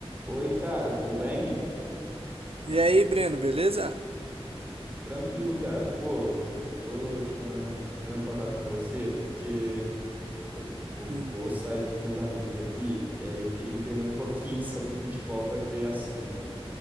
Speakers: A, on the right (about 15°); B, on the right (about 65°).
A: Oi, cara, tudo bem?
B: E aí, Breno, beleza?
A: Tranquilo, cara. Pô, eu tô te mandando, entrando em contato com você porque eu tô- vou,
B: Hum.
A: vou sair com os meus amigos aqui e aí eu queria entender um pouquinho <laughs> sobre futebol pra ter assunto.